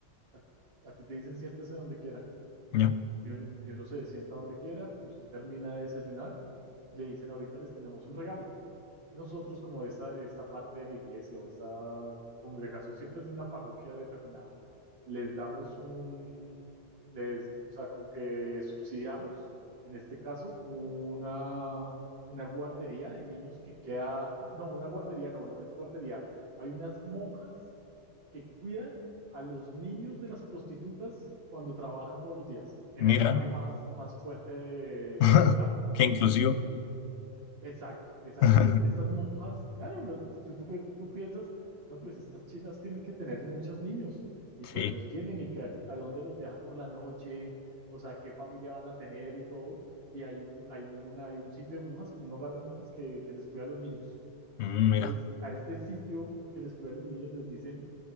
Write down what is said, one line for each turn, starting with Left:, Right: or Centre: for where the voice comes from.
Right: a, a ti te dicen siéntese donde quiera
Left: ya.
Right: y uno, y uno se sienta donde quiera y usted termina de desayunar y le dicen ahorita les tenemos un regalo nosotros como esta, esta parte de la iglesia o esta congregación siempre es de una parroquia determinada, les damos un, les, o sea, como que subsidiamos, en este caso, una, una guardería de niños que queda, no, una guardería no, no es guardería, hay unas monjas que cuidan a los niños de las prostitutas cuando trabajan todos los días en
Left: Mira.
Right: el barrio más, más fuerte de, de
Left: <laughs>
Right: Bogotá.
Left: Qué inclusivo.
Right: ¿Sí? Exacto, exacto.
Left: <laughs>
Right: Entonces, estas monjas, claro, los, tú, tú, pues, tú piensas, no, pues estas chinas tienen que tener muchos niños y
Left: Sí.
Right: pues los tienen y que, a dónde los dejan por la noche, o sea, qué familia van a tener y todo. Y hay un, hay un, hay un sitio de monjas, como un hogar de monjas que, que les cuida a los niños.
Left: Mm,
Right: Entonces,
Left: Mira,
Right: a este sitio que les cuida a los niños les dicen,